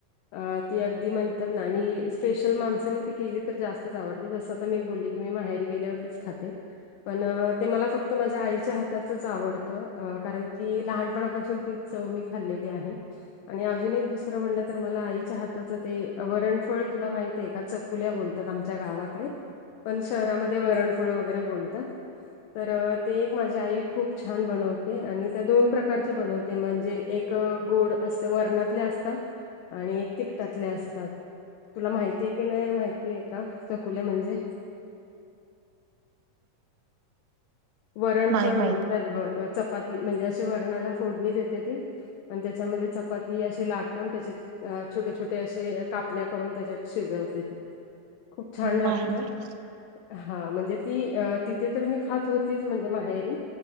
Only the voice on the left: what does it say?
अ ती अगदी म्हणतात ना आणि स्पेशल माणसाने ती केली तर जास्तच आवडत. जसं आ मी बोलली की मी माहेरी गेल्यावरतीच खाते. पण ते मला फक्त माझ्या आईच्या हातातच आवडतं कारण की लहानपणापासून ती चव मी खाल्लेली आहे. आणि अजून एक दुसरं म्हटलं तर मला आईच्या हाताचं ते वरणफळ तुला माहिती आहे का चक. कुल्या बोलतात आमच्या गावाकडे पण शहरामध्ये वरणफळ वगैरे बोलतात. तर ते माझ्या आई खूप छान बनवते आणि त्या दोन प्रकारचे बनवते म्हणजे एक गोड अस वर्णातले असतात. आणि तिकटातले असतात. तुला माहिती आहे की नाही माहिती आहे का सकुल म्हणजे वरणफळ
बोलतात बघ चपाती म्हणजे अशी वरणाला फोडणी येते ती आणि त्याच्यामध्ये चपाती असे लाटून त्याचे अ छोटे छोटे असे कापण्या करून त्याच्यात शिजवते. खूप छान लागत
हा म्हणजे ती तिथे तर मी खात होत. तीच म्हणजे माहेरी